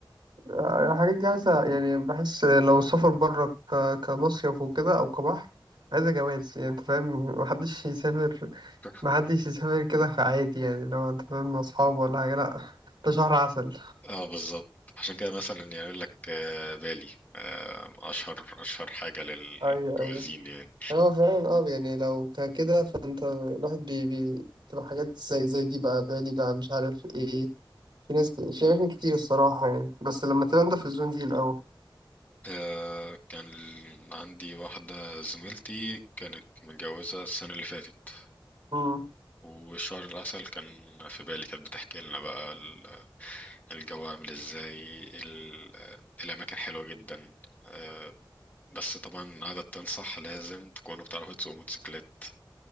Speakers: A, on the right; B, on the left.
A: الحاجات دي عايزة يعني بحس لو سافر بره ك... كمصيف وكده أو كبحر عايزة جواز يعني أنت فاهم محدش يسافر
B: آه
A: محدش يسافر كده عادي يعني لو أنت فاهم مع أصحابه ولا حاجة لأ ده شهر عسل
B: اه بالظبط عشان كده مثلا يعني يقول لك آه، بالي آه، اشهر اشهر حاجه للمتجوزين
A: ايوه ايوه
B: يعني
A: هو فعلا اه يعني لو ك- كده فانت الواحد بي بي تبقى حاجات زي زي دي بقى بالي بقى مش عارف ايه في ناس ب... في اماكن كتير الصراحه يعني بس لما تبقى انت في الزون دي الاول
B: آه، كان عندي واحده زميلتي كانت متجوزه السنه اللي فاتت
A: امم
B: وشهر العسل كان في بالي كانت بتحكي لنا بقى ال- الجو عامل ازاي ال- آه، الاماكن حلوه جدا آه، بس طبعا قعدت تنصح لازم تكونوا بتعرفوا تسوقوا موتوسيكلات